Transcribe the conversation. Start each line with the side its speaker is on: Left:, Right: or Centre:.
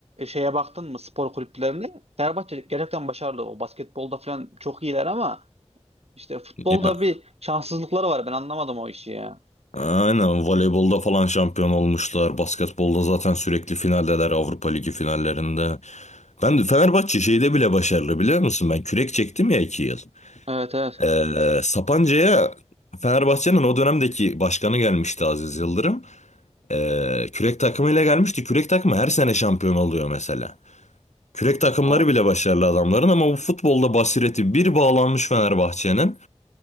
Right: şeye baktın mı spor kulüplerine Fenerbahçe gerçekten başarılı. O basketbolda falan çok iyiler ama işte futbolda
Left: Ya
Right: bir şanssızlıkları var. Ben anlamadım o işi ya.
Left: Aynen voleybolda falan şampiyon olmuşlar. Basketbolda zaten sürekli finaldeler Avrupa Ligi finallerinde. Ben de Fenerbahçe şeyde bile başarılı biliyor musun? Ben kürek çektim ya iki yıl.
Right: Evet evet.
Left: Ee, Sapanca'ya Fenerbahçe'nin o dönemdeki başkanı gelmişti Aziz Yıldırım. Ee, kürek takımıyla gelmişti. Kürek takımı her sene şampiyon oluyor mesela. Kürek takımları
Right: O
Left: bile başarılı adamların ama bu futbolda basireti bir bağlanmış Fenerbahçe'nin.